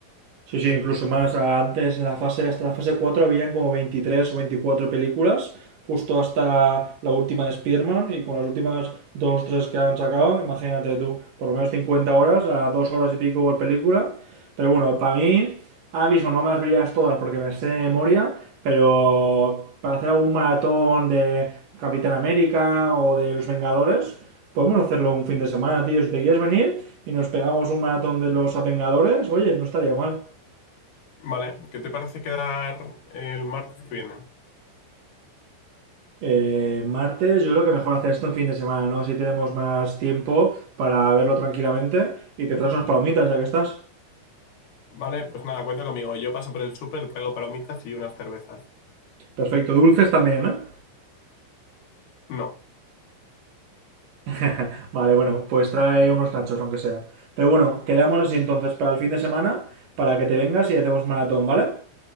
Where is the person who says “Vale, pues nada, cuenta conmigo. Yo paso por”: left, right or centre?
Left